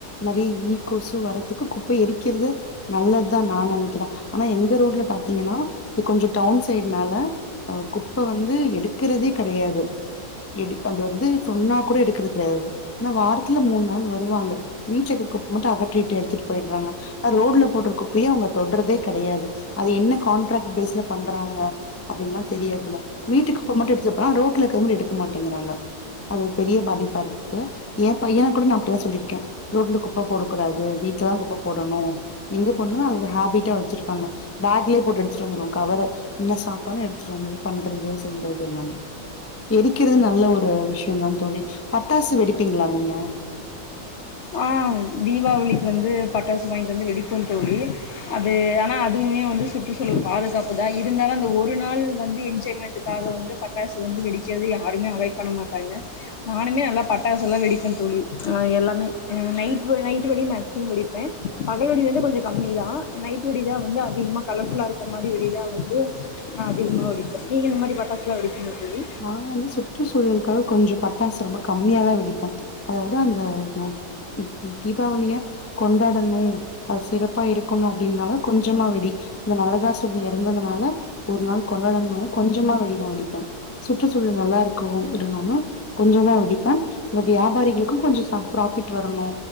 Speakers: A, on the left; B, on the left.
A: நெறைய ஈ, கொசு வரத்துக்கு குப்பைய எரிக்கிறது நல்லத் தா நா நெனைக்கிறே ஆனா எங்க ரோட்ல பாத்தீங்கன்னா இது கொஞ்ச ற்னால அ குப்ப வந்து எடுக்கறதே கெடையாது எடு அது வந்து சொன்னா கூட எடுக்கற்த் கெடையாது ஆனா வாரத்துல மூண் நாள் வருவாங்க வீட்ல இருக்க குப்ப மட்டு அகற்றீட்டு எடுத்துட்டு போயட்றாங்க அ ரோட்ல போட்ற குப்பைய அவுங்க தொட்றதே கெடையாது அது என்ன கான்ட்ராக்ட் பேஸ்ல பண்றாங்க அப்டின்ல்லா தெரியற்தில்ல வீட்டு குப்ப மட்டு எடுத்துட் போறாங் ரோட்ல இருக்கற்த் மட்டு எடுக்க மாட்டேங்கிறாங்க அது ஒரு பெரிய பாதிப்பா இருக்கு எ பையன கூட நா அப்டிதா சொல்லிருக்கே ரோட்ல குப்ப போடக்கூடாது வீட்லதா குப்ப போடணு எங்க போனாலு அது ஒரு ஹேபிட்டா வச்சிருக்காங்க பேக்லே போட்டு எடுத்துட்டு வந்துருவாங் கவரு இன்ன சாப்ட்டாலு எடுத்துட்டு வந்தது பண்றது செய்றது எல்லாமே எரிக்கிறது நல்ல ஒரு விஷ்யந்தா தோழி பட்டாசு வெடிப்பீங்ளா நீங்க
B: அ தீபாவளிக்கு வந்து பட்டாசு வாய்ங்ட் வந்து வெடிப்போ தோழி அது ஆனா அதுமே வந்து சுற்றுச்சூழல் பாதுகாப்பு தா இருந்தாலு அந்த ஒரு நாள் வந்து என்ஜாய்மெண்ட்டுக்காக வந்து பட்டாசு வந்து வெடிக்கற்து யாருமே அவாய்ட் பண்ண மாட்டாங்க நானுமே நல்லா பட்டாசெல்லா வெடிப்பே தோழி ஆ எல்லாமே ம் நைட் வ நைட்டு வெடி மேக்சிமம் வெடிப்பே பகல் வெடி வந்து கொஞ்ச கம்மி தா அ நைட்டு வெடிதா வந்து அதிகமா கலர்ஃபுல்லா இருக்கற் மாரி வெடி தா வந்து நா அதிகமா வெடிப்பே நீங்க இந்த மாரி பட்டாஸ்லா வெடிப்பீங்ளா தோழி
A: நா வந்து சுற்றுச்சூழல்க்காக கொஞ்சோ பட்டாசு ரொம்ப கம்மியாதா வெடிப்ப அதாவ்து அந்த ந ம் ம் தீபாவளிய கொண்டாடணு அது சிறப்பா இருக் க்கணு அப்டின்னால கொஞ்சமா வெடி இந்த நரகாசுரன் இறந்ததுனால ஒரு நாள் கொண்டாடணுன் கொஞ்சமா வெடிதா வெடிப்பே சுற்றுச்சூழல் நல்லா இருக்கு விடணுனு கொஞ்சந்தா வெடிப்பே இந்த வியாபாரிகளுக்கு கொஞ்ச சாப் ப்ராஃபிட் வரணு